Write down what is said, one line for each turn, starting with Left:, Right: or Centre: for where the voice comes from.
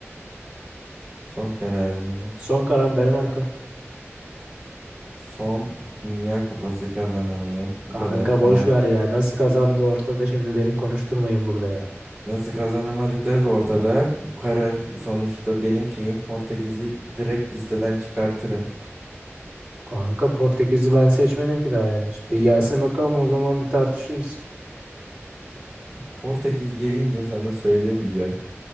Centre: Son kararın mı?
Right: Son kalan Danimarka.
Centre: Son Dünya Kupası kazananını bu
Right: Kanka
Centre: kadar kolaymış.
Right: boş ver ya. Nasıl kazandı ortada şimdi beni konuşturmayın burada ya.
Centre: Nasıl kazanamadıkları da ortada. Bu karar sonuçta benim şeyim Portekiz'i direkt listeden çıkartırım.
Right: Kanka Portekiz'i ben seçmedim ki daha henüz.
Centre: İyi
Right: Bir gelsin
Centre: tamam.
Right: bakalım o zaman bir tartışırız.
Centre: Portekiz gelince sana söylemeyeceğim.